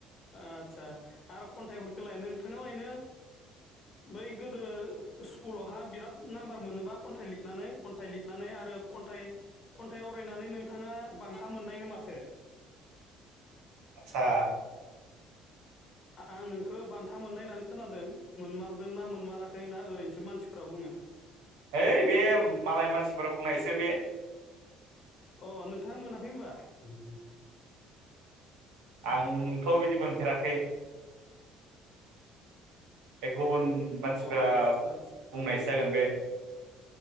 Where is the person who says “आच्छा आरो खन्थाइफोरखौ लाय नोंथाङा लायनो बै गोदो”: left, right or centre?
Left